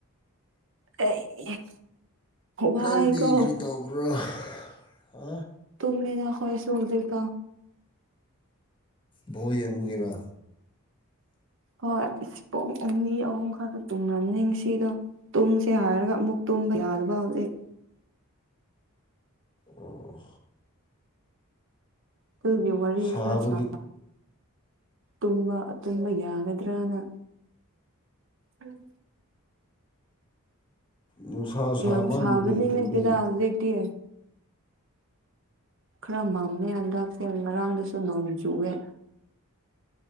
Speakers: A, on the right; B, on the left.
A: ꯑꯩ ꯋꯥꯏꯀꯣ
B: ꯅꯪꯗꯤ ꯀꯔꯤ ꯇꯧꯕ꯭ꯔꯣ ꯍꯥ
A: ꯨꯝꯅꯦꯗ ꯍ꯭ꯋꯥꯁꯗꯦꯀ
B: ꯕꯣ ꯌꯦꯡꯕꯨꯨꯒꯕ
A: ꯍꯣꯏ ꯑ ꯄꯨꯡ ꯑꯅꯤ ꯑꯍꯨꯝ ꯈꯛꯇ ꯇꯨꯝꯕꯅꯤ ꯉꯁꯤꯗꯣ ꯇꯨꯝꯁꯦ ꯍꯥꯏꯔꯒ ꯑꯃꯨꯛ ꯇꯨꯝꯕ ꯌꯥꯗꯕ ꯍꯧꯖꯤꯛ
B: ꯑꯣ
A: ꯀ ꯋꯥꯔꯤꯔ
B: ꯁꯥꯕꯒꯤ
A: ꯈꯔ ꯁꯥ ꯇꯨꯝꯕ ꯇꯨꯝꯕ ꯌꯥꯒꯗ꯭ꯔꯥꯅ ꯎꯝ
B: ꯅꯨꯡꯁꯥ ꯁꯥꯃꯟꯕꯒꯤ
A: ꯌꯥꯝ ꯁꯥꯕꯅꯤꯅꯦ
B: ꯇꯨꯝꯕ
A: ꯀꯦꯗꯖꯤꯗꯒꯤ ꯈꯔ ꯃꯝꯃꯦ ꯍꯟꯗꯛꯁꯦ ꯉꯥꯡꯗꯁꯨ ꯅꯣꯡꯃ ꯆꯨꯑꯦ